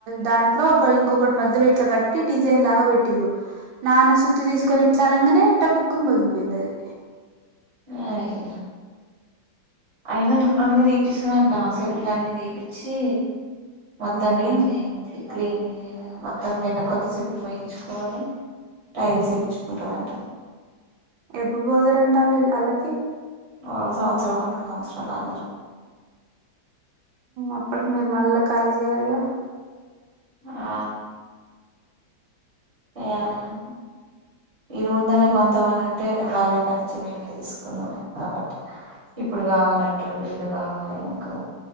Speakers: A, on the right; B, on the right.
A: దాంట్లో ఒక ఇంకొకటి మధ్యలో ఇట్లా కట్ డిజైన్ లాగా పెట్టిరు నాన్న సుత్తి తీసుకొని ఇట్లా అనగానేగ టప్పుక్కున పగిలిపోయింది అది
B: అయ్యో అయిన అన్ని తీపిస్తాదంట ఆ సెల్ఫ్లన్ని తీపిచ్చి మొత్తం
A: దేపేంది
B: నీట్ చేయించి క్లీన్ చే మొత్తం ఇలా కొత్త సెల్పులు పోయించుకోని టైల్స్ ఏపిచ్చుకుంటదంటా
A: ఎప్పుడు పోతారంట వాళ్ళు అళ్ళకి
B: ఒక సంవత్సరమో రెండు సంవత్సరాలో అన్నారు
A: అప్పటికి మీరు మళ్ళా ఖాళీ చేయాలిగా
B: ఆ వేయాలగా వీళ్ళ ముందన్నే కొంతమంది ఉంటే బాబాయి కాన్నుంచి మేమే తీసుకుందాం అబట్ ఇప్పుడు కావాలంటుండి ఇల్లు కావాలి నాకు